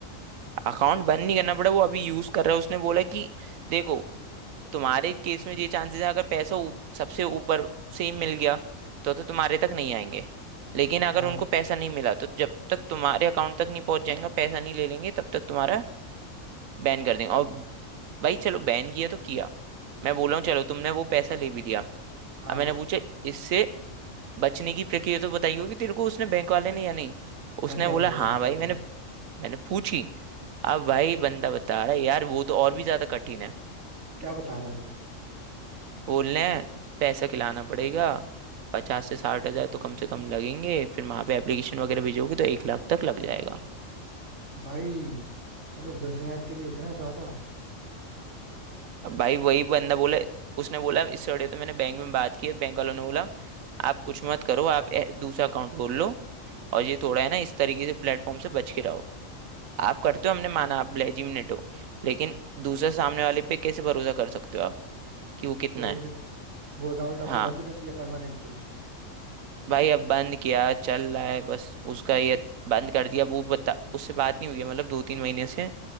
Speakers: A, on the right; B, on the right.
A: अकाउंट बंद नहीं करना पड़ा वो अभी यूज कर रहा है उसने बोला कि देखो तुम्हारे केस में ये चांसेस है अगर पैसा ऊप- सबसे ऊपर से ही मिल गया तो तो तुम्हारे तक नहीं आएंगे लेकिन अगर
B: हाँ
A: उनको पैसा नहीं मिला तो जब तक तुम्हारे अकाउंट तक नहीं पहुंच जाएंगे पैसा नहीं ले लेंगे तब तक तुम्हारा बैन कर देंगे और भाई चलो बैन किया तो किया मैं बोल रहा हूँ चलो तुमने वो पैसा ले भी लिया
B: हाँ
A: अब मैंने पूछा इससे बचने की प्रक्रिया तो बताई होगी तेरे को उसने बैंक वाले ने या नहीं उसने
B: हाँ क्या
A: बोला
B: बताई
A: हाँ
B: बैंक
A: भाई
B: वाले
A: मैंने
B: ने
A: मैंने पूछी अब भाई बंदा बता रहा है यार वो तो और भी ज्यादा कठिन है
B: क्या बता रहे हैं वो
A: बोल रहे हैं पैसा खिलाना पड़ेगा पचास से साठ हजार तो कम से कम लगेंगे फिर वहां पे एप्लीकेशन वगैरह भेजोगे तो एक लाख तक लग जाएगा
B: भाई मतलब दस हजार के लिए इतना ज्यादा
A: अब भाई वही
B: तो
A: बंदा बोला उसने बोला इस सड़े तो मैंने बैंक में बात की है बैंक वालों ने बोला आप कुछ मत करो आप ए- दूसरा अकाउंट खोल लो और ये थोड़ा है ना इस तरीके से प्लेटफॉर्म से बच के रहो आप करते हो हमने माना आप लेजिमिनेट हो लेकिन दूसरे सामने वाले पे कैसे भरोसा कर सकते हो आप कि वो कितना
B: तो
A: है
B: फिर वो अकाउंट आपने
A: हाँ
B: बंद कर दिया परमानेंटली
A: भाई अब बंद किया चल रहा है बस उसका ये बंद कर दिया वो बता उससे बात नहीं हुई है मतलब दो तीन महीने से